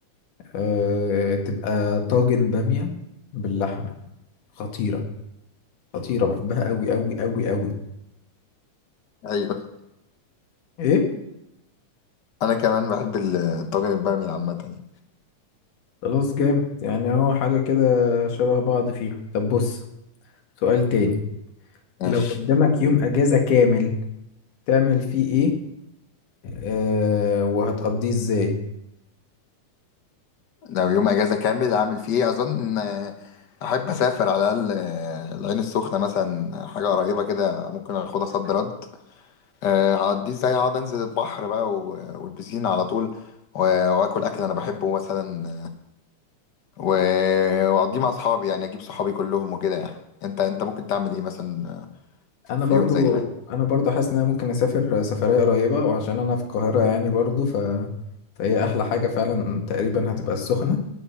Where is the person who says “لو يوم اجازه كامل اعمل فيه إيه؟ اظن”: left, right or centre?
Left